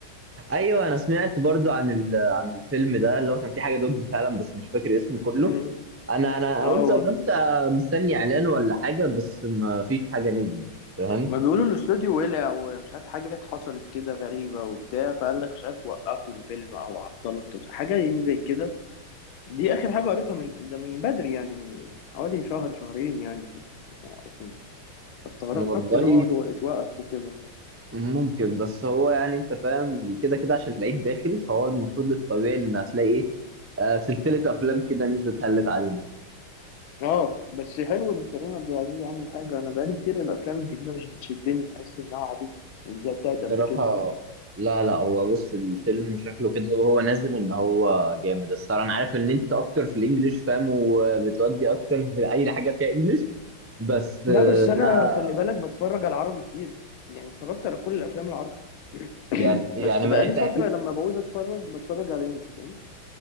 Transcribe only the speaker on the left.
مم.
اه
وأنا-
ما بيقولوا الاستوديو ولع ومش عارف حاجات حصلت كده غريبة وبتاع فقال لك مش عارف وقفوا الفيلم او عطلوا التصوير حاجة يعني زي كده دي اخر حاجة قريتها من ده من بدري يعني من حوالي شهر شهرين يعني موقفين فاستغربت
ان هو اتو- اتوقف وكده
اه بس حلو ان كريم عبد العزيز عامل حاجة انا بقالي كتير الافلام الجديدة مش بتشدني بحس انها عبيطة مش زي بتاعت
قبل كده
لا بس
انا خلي بالك بتفرج على عربي كتير يعني اتفرجت على كل الافلام العربي
<clears throat>
بس
بقالي
فتره
لما بعوز اتفرج بتفرج على انجلش فاهم